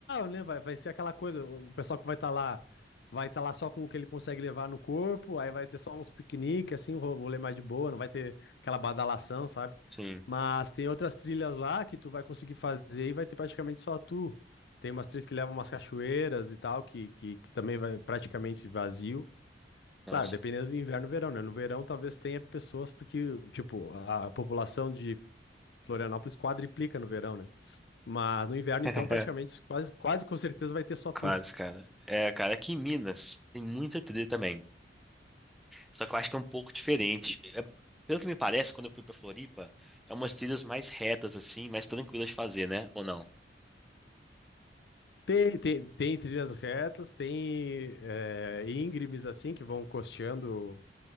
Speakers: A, on the left (about 70°); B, in the centre.
A: né? Vai, vai ser aquela coisa, o pessoal que vai estar lá, vai estar lá só com o que ele consegue levar no corpo, aí vai ter só uns piqueniques, assim, um ro- rolê mais de boa, não vai ter aquela badalação, sabe?
B: Sim.
A: Mas tem outras trilhas lá que tu vai conseguir fazer e vai ter praticamente só tu. Tem umas trilhas que levam umas cachoeiras e tal, que, que, que também vai praticamente vazio.
B: Nossa.
A: Claro, dependendo do inverno e verão, né? No verão talvez tenha pessoas, porque, tipo, a a população de Florianópolis quadriplica no verão, né? Mas no inverno,
B: <laughs>
A: então, praticamente quase, quase com certeza vai ter só tu.
B: Quase, cara. É, cara, aqui em Minas tem muita trilha também. Só que eu acho que é um pouco diferente. É- pelo que me parece, quando eu fui pra Floripa, é umas trilhas mais retas, assim, mais tranquilas de fazer, né? Ou não?
A: Tem, tem, tem trilhas retas, tem é, íngremes assim que vão costeando